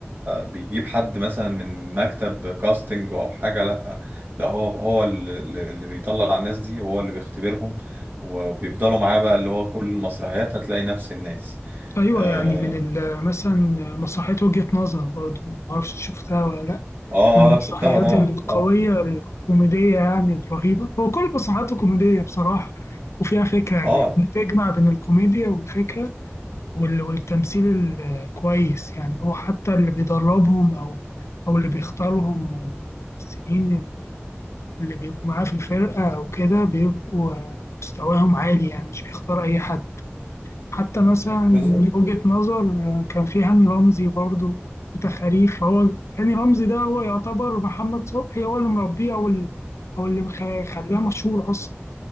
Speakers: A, on the right; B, on the left.
A: بيجيب حد مثلا من مكتب كاستنج او حاجه لا ده هو هو اللي اللي بيطلع الناس دي وهو اللي بيختبرهم وبيفضلوا معاه بقى اللي هو كل المسرحيات هتلاقي نفس الناس
B: أيوة
A: اه,
B: يعني من ال- مثلا مسرحية وجهة نظر برضه معرفش شفتها ولا لأ
A: آه
B: من
A: آه، لا
B: المسرحيات
A: شفتها طبعا
B: القوية
A: طبعا
B: الكوميدية يعني الرهيبة هو كل مسرحياته كوميدية بصراحة وفيها فكرة يعني
A: اه
B: بتجمع بين الكوميديا والفكرة وال- والتمثيل الكويس يعني هو حتى اللي بيدربهم أو أو اللي بيختارهم من الممثلين اللي بيبقوا معاه في الفرقة أو كده بيبقوا مستواهم عالي يعني مش بيختار أي حد حتى مثلا من
A: بالظبط
B: وجهة نظر آه، كان في هاني رمزي برضه وتخاريف فهو هاني رمزي ده هو يعتبر محمد صبحي هو اللي مربيه او اللي او اللي مخ- خلاه مشهور اصلا